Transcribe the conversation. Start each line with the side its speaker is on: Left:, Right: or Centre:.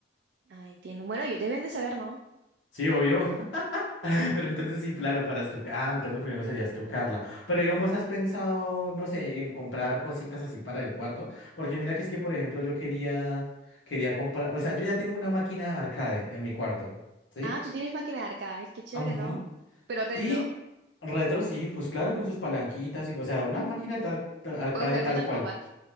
Right: Ah, entiendo. Bueno, ellos deben de saber, ¿no?
Left: Sí, obvio. <laughs> Pero entonces sí, claro, para estucar. Ah, entonces lo primero sería estucarla. Pero digamos, ¿has pensado, no sé, en comprar cositas así para el cuarto? Porque mira que es que, por ejemplo, yo quería, quería comprar, o sea, yo ya tengo una máquina arcade en mi cuarto. ¿sí?
Right: Ah, tú tienes máquina de arcade. Ay, qué chévere,
Left: Ujú.
Right: ¿no? Pero retro.
Left: Y retro, sí, pues claro, con sus palanquitas y O sea, una máquina tar- tar- arcade
Right: Puedes jugar
Left: tal
Right: Mortal
Left: cual.
Right: Kombat.